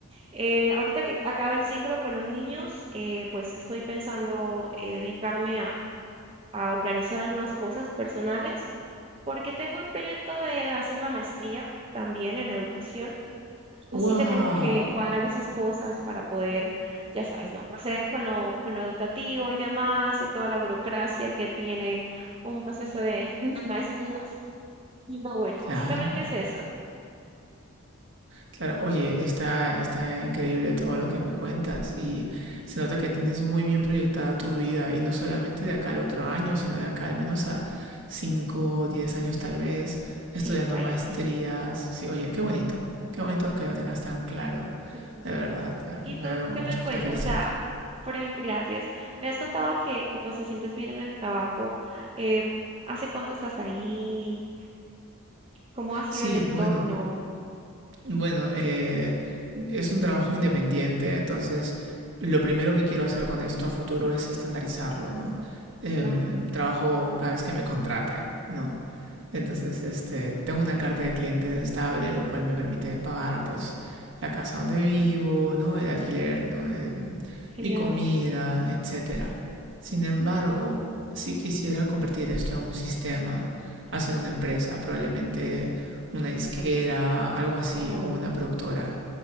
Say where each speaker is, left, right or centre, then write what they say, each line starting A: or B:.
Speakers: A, on the right; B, on the right.
A: Eh, ahorita que acabe el ciclo con los niños, eh, pues estoy pensando eh, dedicarme a, a organizar algunas cosas personales, porque tengo el proyecto de hacer la maestría también en educación, así
B: wow.
A: que tengo que cuadrar esas cosas para poder, ya sabes, no proceder con lo, con lo educativo y demás, y toda la burocracia que tiene un proceso de, <laughs> de maestrías. Pero bueno,
B: Claro,
A: básicamente es eso.
B: claro. Oye, está, está increíble todo lo que me cuentas y se nota que tienes muy bien proyectada tu vida y no solamente de acá al otro año, sino de acá al menos a 5 o 10 años tal vez, estudiando
A: Sí, por ahí
B: maestrías.
A: voy.
B: Sí, oye, qué bonito, qué bonito que lo tengas tan claro.
A: Sí.
B: De verdad, de verdad,
A: ¿Y tú
B: me alegro mucho,
A: qué me cuentas?
B: te felicito.
A: O sea, por ejemplo, gracias. Me has contado que, que, pues te sientes bien en el trabajo. eh, ¿hace cuánto estás ahí? ¿Cómo ha sido
B: Sí,
A: el entorno?
B: bueno, bueno, eh, es un trabajo independiente, entonces lo primero que quiero hacer con esto a futuro es estandarizarlo, ¿no? Em,
A: Claro,
B: trabajo cada vez que me contratan, ¿no? Entonces, este, tengo una carta de clientes estable, lo cual me permite pagar, pues, la casa donde vivo, ¿no? El alquiler, ¿no? Em,
A: genial.
B: mi comida, etcétera. Sin embargo, si quisiera convertir esto en un sistema, haciendo una empresa, probablemente una disquera, algo así,
A: Wow.
B: o una productora.